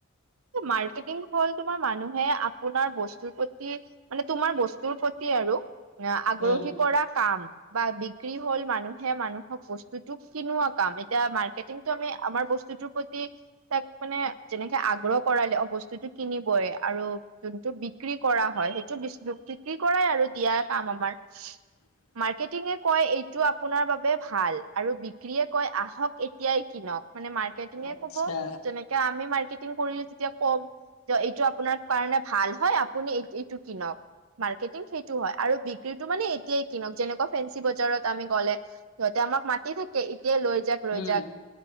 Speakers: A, on the right; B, on the left.
A: মাৰ্কেটিং হ'ল তোমাৰ মানুহে আপোনাৰ বস্তুৰ প্ৰতি মানে, তোমাৰ বস্তুৰ প্ৰতি আৰু আগ্ৰহী
B: উম
A: কৰা কাম। বা বিক্ৰী হল মানুহে, মানুহক বস্তুতো কিনোৱা কাম। এতিয়া মাৰ্কেটিংটো, আমি আমাৰ বস্তুত প্ৰতি তাক মানে যেনেকে আগ্ৰহ কৰালে, অ বস্তুতটো কিনিবই আৰু যোনটো বিক্ৰী কৰা হয়। সেইটো বি বিক্ৰী কৰাই, আৰু দিয়া কাম আমাৰ।
B: <inaudible>
A: মাৰ্কেটিঙে কয় এইটো আপোনাৰ বাবে ভাল। আৰু বিক্ৰীয়ে কয়, আহক এতিয়াই কিনক মানে
B: আচ্ছা
A: <unintelligible> ক'ব যেনেকে আমি মাৰ্কেটিং কৰি আছোঁ। এতিয়া কম, যে এইটো আপোনাৰ কাৰণে ভাল হয়। আপুনি এই এইটো কিনক। মাৰ্কেটিং সেইটো হয়, আৰু বিক্ৰীটো মানে এতিয়াই কিনক। যেনেকুৱা ফেঞ্চি বজাৰত আমি গ'লে সিহঁতে আমাক মাতি থাকে। এতিয়া লৈ যাক লৈ
B: উম
A: যাক।